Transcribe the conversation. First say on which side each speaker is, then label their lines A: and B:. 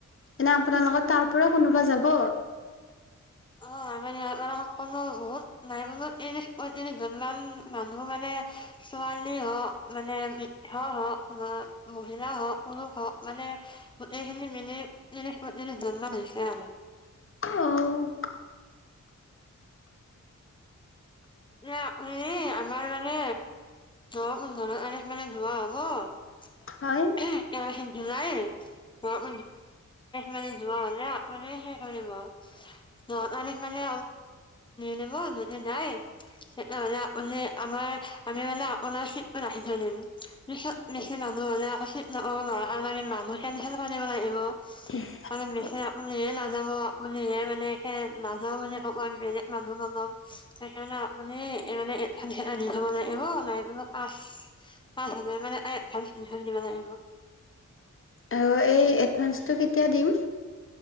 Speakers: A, on the left (about 45°); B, on the left (about 15°).
A: এনে আপোনাৰ লগত তাৰ পৰা কোনোবা যাব।
B: অ আমাৰ ইয়াৰপৰা সকলো বহুত নাই কমেও ত্ৰিশ পইত্ৰিশজন মান মানুহ মানে ছোৱালী হওক মানে মিত হওক বা মহিলা হওক পুৰুষ হওক মানে গোটেইখিনি মিলি ত্ৰিশ জন মান হৈছে আৰু
A: অ',
B: এ হেই আমাৰ মানে অ জ আ মানে যোৱা হব এৰাশী
A: হয়।
B: জুলাইৰ প ধ মানে যোৱা হলে আপে সেই বোৰ ন মানে মানে নহব যদি নাই। সেইহলে আপনি আমাৰ আমি মানে আপোনাৰ নাহি ধৰিম। বেছি মানুহ হ'লে আকৌ ছিট নাপাব নহয় কাৰণে আমি মানুহ কেঞ্চেল কৰিব লাগিব।
A: উম।
B: অ নিশ্চয়। উহে নাযাব আহে মানে সে নাযাও বুলি ক'ব আমি বেলেগ মানুহ নল'ম সেইকাৰণে মানে এ মানে এান আনি থব নাই এইব নাই মলপ আঠ পাঁচ হাজাৰ মানে তিনিশ দিব লাগিব।
A: আৰু এই এডভাঞ্চটো কেতিয়া দিম?